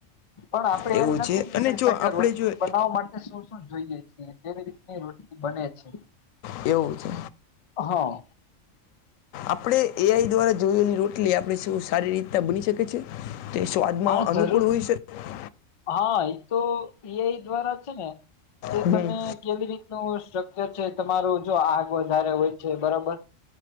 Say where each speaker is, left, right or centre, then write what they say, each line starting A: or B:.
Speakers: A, on the left; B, on the left.
A: પણ આપ આપણે
B: એવું
A: એમ
B: છે
A: નથી, કહી
B: અને
A: શકતા
B: જો આપણે
A: કે રોટની
B: જો
A: બનાવવા માટે શું શું જોઈએ છીએ, કેવી રીતની રોટની બને છે.
B: એવુ, છે.
A: હા
B: આપણે એઆઈ, દ્વારા જોએલી રોટલી આપણે શું સારી રીતના બની શકે છે. તે સ્વાદમાં
A: હા
B: અનુકૂળ
A: જરૂર
B: હોય, શકે
A: હા, એ તો એઆઈ દ્વારા છે, ને કે
B: હમ
A: તમે કેવી રીતનુ સ્ટ્રક્ચર છે, તમારું જો આગ વધારે હોય છે બરાબર